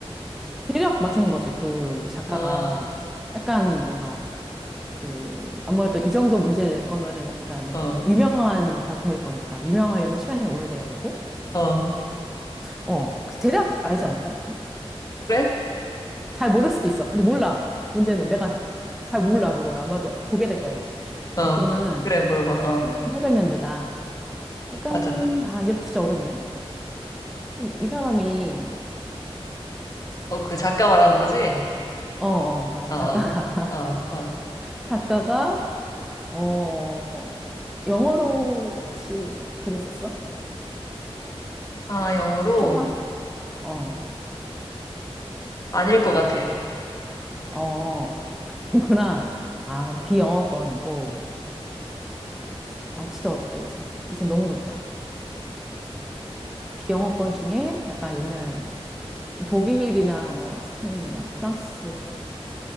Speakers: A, in the centre; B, on the left (about 35°).
A: 대략 맞추는 거지. 그, 이제 작가가
B: 어,
A: 약간 뭔가, 그, 아무래도 이 정도 문제를 낼 거면은 약간
B: 어,
A: 유명한 작품일 거니까. 유명하려면 시간이 오래돼야 되고.
B: 어.
A: 어, 그 대략 알지 않나? 약간?
B: 그래?
A: 잘 모를 수도 있어. 근데 몰라. 문제는 내가 잘 몰라. 그걸 아마도 보게 될 거야, 이제.
B: 어.
A: 아, 그러면은
B: 그래, 물어봐. 어.
A: 1800년대다. 약간,
B: 맞아.
A: 아, 이제부터 진짜 어렵네. 음, 이 사람이,
B: 어, 그 작가 말하는 거지?
A: 어, 어, 맞아.
B: 어,
A: 작가가,
B: 어,
A: <laughs>
B: 어. 어.
A: 작가가, 어, 영어로 혹시 글을 썼어?
B: 아, 영어로?
A: 초판? 어,
B: 아닐 것 같아.
A: 어, <laughs> 그렇구나. 아, 그럼 비영어권이고. 아, 진짜 어렵다, 이제. 이제 너무 어렵다. 비영어권 중에 약간 옛날 독일이나 뭐 스페인이나 프랑스,